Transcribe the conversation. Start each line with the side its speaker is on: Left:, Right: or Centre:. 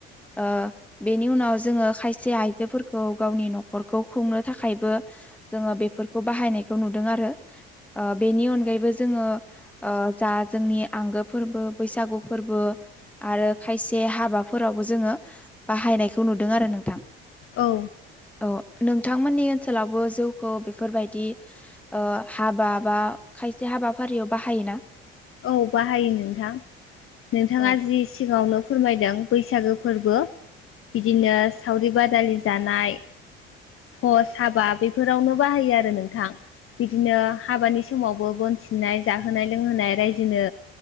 Centre: ओ बेनि उनाव जोङो खायसे आइजोफोरखौ गावनि नखरखौ खुंनो थाखायबो। जोङो बेफोरखौ बाहायनायखौ नुदों आरो ओ बेनि अनगायैबो जोङो ओ जा जोंनि आंगो फोरबो बैसागु फोरबो आरो खायसे हाबा फोरावबो जोङो बाहायनायखौ नुदों आरो नोंथां।
Left: औ।
Centre: औ नोंथांमोननि ओनसोलावबो जौखौ बेफोरबायदि ओ हाबा बा खायसे हाबाफारियाव बाहायोना?
Left: औ बाहायो नोंथां नोंथाङा
Centre: औ
Left: जि सिगाङावनो फोरमायदों बैसागो फोरबो बिदिनो सावरि बादालि जानाय पस हाबा बेफोरावनो बाहायो आरो नोंथां। बिदिनो हाबानि समावबो बोन सिननाय जाहोनाय लोंहोनाय रायजोनो